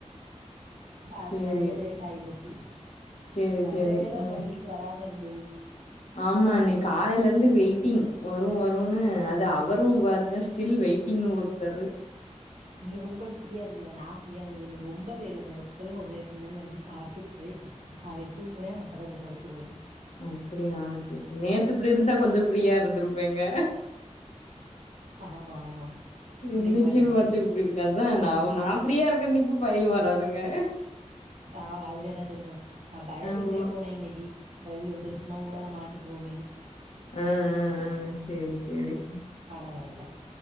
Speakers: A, on the right; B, on the left.
A: அதனாலதான்
B: சேரி
A: லேட் ஆகி போச்சு
B: சேரி
A: நல்ல
B: சேரி
A: வேலை
B: ம்
A: பைல்ஸ் வராம வந்து
B: ஆமா இன்னைக்கு காலையில இருந்து வெயிட்டிங் வரும் வரும்ன்னனு அது அவரும் பாருங்க ஸ்டில் வெயிட்டிங்னு போட்டாரு
A: நீ உங்களுக்கு ஃப்ரீயா இருந்தியலா நான் ஃப்ரீயா இருந்தது இல்ல ரொம்ப வேலை இப்போ தான் கொஞ்ச நேரத்துக்கு முன்னாடி வந்து சாப்பிட்டு அவன் தூங்குறான் நான் பக்கத்தில படுத்துருவேன்
B: அப்படியா செரி செரி நேத்து இப்படி இருந்தா கொஞ்சம் ஃப்ரீயா இருந்துருப் பேங்க
A: ஆமாம் ஆமாம்
B: இன்னைக்குன்னு
A: இன்னைக்கு மாட்டிக்கிட்டீங்க
B: பாத்து இப்படி இருக்காது அதான் நான் ஃப்ரீயா இருக் இன்னைக்கு பைல் வராதுங்க
A: ஆஹ் அதுவேணா சொல்லுங்க நான் பயந்துகிட்டே
B: ஆமா
A: போனேன் இன்னைக்கு பைல் வந்துருச்சுன்னா உடல மாட்டி க்குவோமேனு
B: உம் உம் செரி செரி
A: ஆனால் வரல